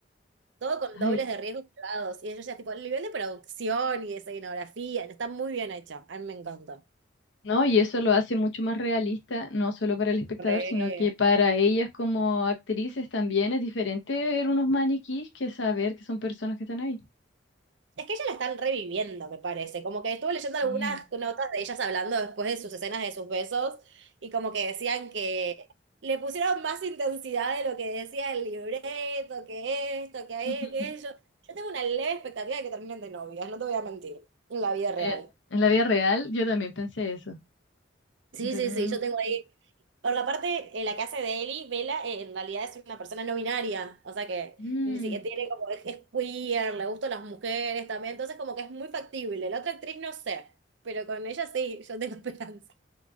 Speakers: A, on the right; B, on the left.
A: Todo con
B: Ay,
A: dobles de riesgo y colgados. Y yo ya, tipo, el nivel de producción y de escenografía, está muy bien hecho. A mí me encanta.
B: no, y eso lo hace mucho más realista, no solo para el espectador,
A: Re.
B: sino que para ellas como actrices también es diferente ver unos maniquís que saber que son personas que están ahí.
A: Es que ellas la están reviviendo, me parece. Como que estuve leyendo algunas
B: Sí.
A: notas de ellas hablando después de sus escenas de sus besos y como que decían que le pusieron más intensidad de lo que decía el libreto, que esto, que aquello.
B: <laughs>
A: Yo tengo una leve expectativa de que terminen de novias, no te voy a mentir, en la vida real.
B: Eh, en la vida real yo también pensé eso,
A: Sí,
B: pero
A: sí,
B: uno
A: sí,
B: nunca
A: yo tengo
B: sabe.
A: ahí. por la parte eh, la que hace de Eli, Vela, eh, en realidad es una persona no binaria, o sea que
B: Mm.
A: ni siquiera tiene como, es, es queer, le gustan las mujeres también, entonces como que es muy factible. La otra actriz no sé, pero con ella sí, yo tengo <laughs> esperanza.